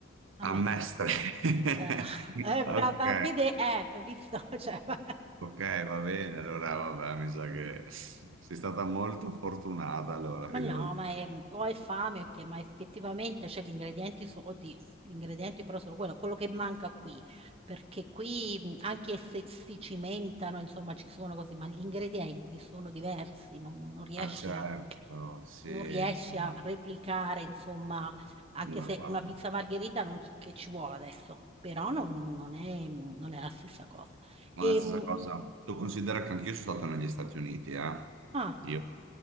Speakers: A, on the right; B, on the right.
A: a
B: A
A: Mestre.
B: Mestre. <laughs>
A: Eh, <laughs> eh, va,
B: Ok,
A: va a vedere, eh, hai visto? <laughs> Cioè, <laughs>
B: ok, va bene. Allora, vabbè, mi sa che sei stata molto fortunata, allora,
A: Ma
B: ti
A: no,
B: devo dire.
A: ma è- o hai fame o che, ma effettivamente c'è gli ingredienti, su, oddio, gli ingredienti però sono quello, quello che manca qui, perché qui mh, anche se si cimentano, insomma, ci sono così, ma gli ingredienti sono diversi, non, non riesci
B: Ah, certo,
A: a,
B: sì,
A: non riesci
B: sì.
A: a replicare, insomma, anche
B: Ma
A: se
B: guarda,
A: una pizza margherita non, c- che ci vuole adesso, però non, non è, non è la stessa cosa.
B: ma
A: E,
B: la stessa
A: mh,
B: cosa. Tu considera che anch'io sono stato negli Stati Uniti, eh?
A: ah,
B: Io,